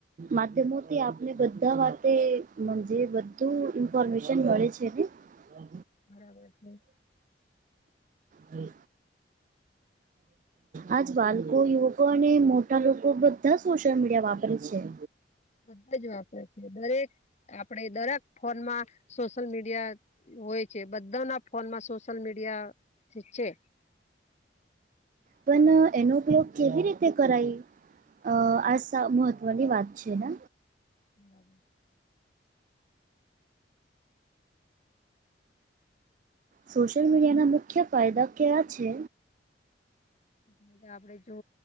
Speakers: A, on the right; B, on the left.
A: માધ્યમોથી આપને બધા વાતે બધું ઈન્ફોર્મેશન મળે છે ને હ
B: બરાબર છે.
A: હમ આજ બાળકો યુવકો અને મોટા લોકો બધા સોશિયલ મીડિયા વાપરે છે.
B: બધા જ વાપરે છે દરેક આપણેે દરેક ફોનમાં સોશિયલ મીડિયા હોય છે બધા ના ફોન માં સોશિયલ મીડિયા છે.
A: પણ એનો ઉપયોગ કેવી રીતે કરાય અ આ મહત્ત્વની વાત છે ને
B: હાબ
A: સોશિયલ મીડિયાના મુખ્ય ફાયદા કયા છે
B: ાય આપડે જો